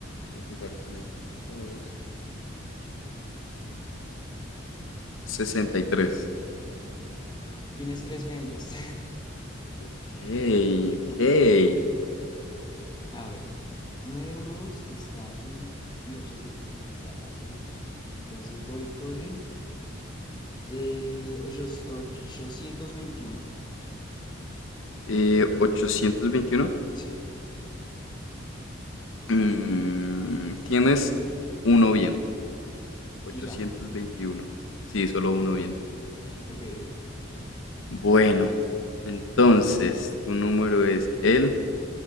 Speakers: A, on the left (about 80°); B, on the left (about 20°).
A: puedo jugar con estos dos. 963.
B: Tienes tres medios. <laughs>
A: Ok,
B: No
A: ok.
B: puede ser. A ver, 912 está a uno y 876 está a uno. Entonces voy con el Eh, ochos- ochocientos veintiuno
A: Eh, 821.
B: Sí.
A: Mm, tienes uno bien. 821.
B: Y ya.
A: Sí, solo uno bien.
B: Ok.
A: Bueno, entonces, tu número es el,